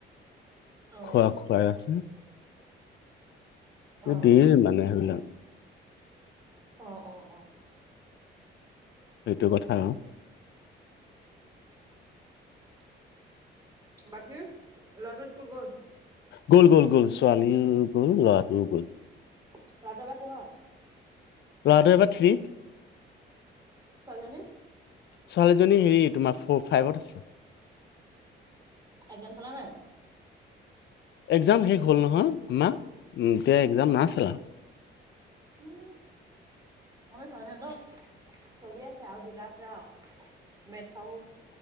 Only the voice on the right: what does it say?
অ'
অ'
অ অ অ
বাকী লৰাটো স্কুল গ'ল
ল'ৰাটো এইবাৰ কিহত
ছোৱালীজনি
চাইকেল চলাই নাই
উম আমাৰ ছোৱালীহতৰ চলি আছে আৰু দুটা আছে আৰু মেথ আও